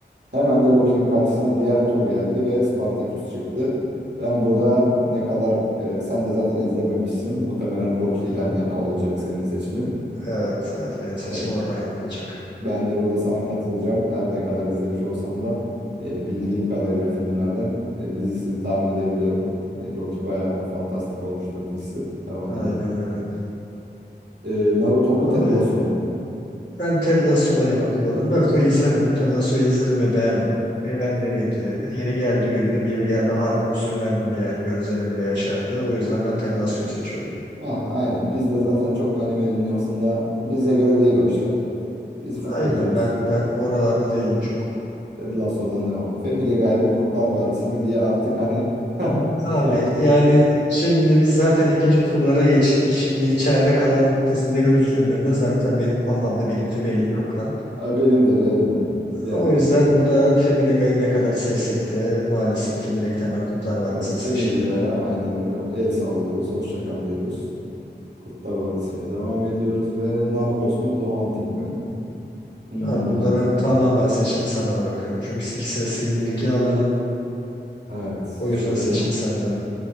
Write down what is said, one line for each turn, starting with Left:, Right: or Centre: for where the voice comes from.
Right: Hemen de Loki'nin karşısına diğer tur geldi ve Spartaküs çıktı. Ben burada ne kadar e, sen de zaten izlememişsin. Muhtemelen Loki'den
Left: Hı hı.
Right: yana olacak senin seçimin.
Left: Evet, evet benim seçim
Right: Evet.
Left: oradan yana olacak.
Right: Ben de burada sana katılacağım. Her ne kadar izlemiş olsam da e, bildiğim kadarıyla filmlerden e, dizisini tahmin edebiliyorum. E, Loki bayağı fantastik olmuştur dizisi. Devam
Left: Aynen
Right: edelim.
Left: öyle.
Right: E, Naruto
Left: Abi
Right: mu Ted Lasso mu?
Left: ben Ted Lasso'dan yana kullanırım. Naruto'yu izlemedim. Ted Lasso'yu izledim ve beğendim. Eğlenceliydi. Yeri geldi güldüm. Yeri geldi harbi hüzünlendim yani. Gözlerim bile yaşardı. O yüzden ben Ted Lasso'yu seçiyorum.
Right: Ah aynen. Biz de zaten çok anime dünyasında bize göre değil o işler. Biz futbolcuyuz.
Left: Aynen ben ben oralarda değilim çok.
Right: Ted Lasso'dan devam. Family Guy mı Kurtlar Vadisi mi diye artık hani <laughs>
Left: Abi
Right: ya
Left: yani şimdi biz zaten ikinci turlara geçtik. Şimdi içeride kalan dizileri düşündüğümde zaten benim kafamda birinci belli çoktan.
Right: ay benim de benim de yani
Left: O yüzden burada Family Guy'ı ne kadar sevsek de maalesef ki direkt hemen Kurtlar Vadisi'ni
Right: evet Family
Left: seçtik
Right: Guy'a
Left: bile.
Right: aynen öyle el sallıyoruz. Hoşça kal diyoruz. Kurtlar Vadisi'ne devam ediyoruz ve Narcos mu The Hunting mi? Hmm,
Left: Abi burada ben tamamen seçimi sana bırakıyorum. Çünkü ikisi de senin ilgi alanın.
Right: evet
Left: O yüzden
Right: şöyle
Left: seçim senden.